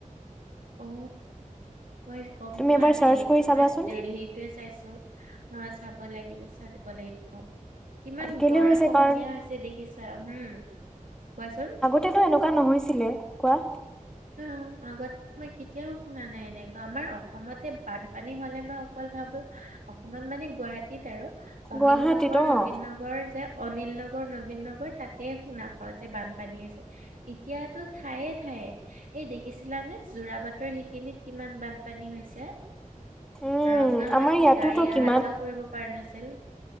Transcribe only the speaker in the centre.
তুমি
এবাৰ
চাৰ্চ
কৰি চাবাচোন
কেলে
হৈছে
কাৰণ
তেটো এনেকুৱা নহৈছিলে কোৱা।
গুৱাহাটীত
অ
উম
আমাৰ
ইয়াতোতো
কিমান